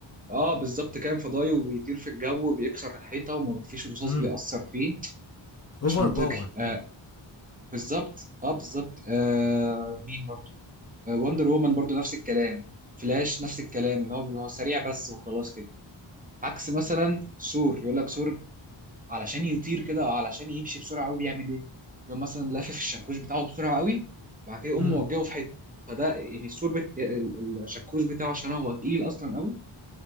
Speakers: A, on the right; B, on the left.
A: اه بالظبط كان فضائي وبيطير في الجو وبيكسر الحيطه وما فيش رصاص
B: امم
A: بيأثر فيه
B: اوفر
A: مش منطقي
B: باور
A: آه بالظبط اه بالظبط آه مين برضه وندر وومن برضو نفس الكلام فلاش نفس الكلام اللي هو هو سريع بس وخلاص كده عكس مثلا ثور يقول لك ثور علشان يطير كده او علشان يمشي بسرعه قوي بيعمل ايه يقوم مثلا لافف الشاكوش بتاعه بسرعه قوي وبعد كده يقوم
B: امم
A: موجهه في حته فده يعني الثور بت... ال- ال- الشاكوش بتاعه عشان هو تقيل اصلا قوي